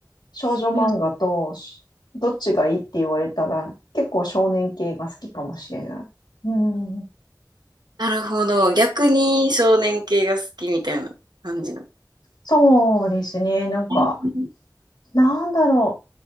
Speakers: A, on the left (about 85°); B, on the right (about 75°).
A: 少女漫画と、
B: うんうん
A: どっちがいいって言われたら、結構少年系が好きかもしれない。うん、
B: なるほど。逆に少年系が好きみたいな感じの。
A: そうですね。なんか、
B: うん
A: なんだろ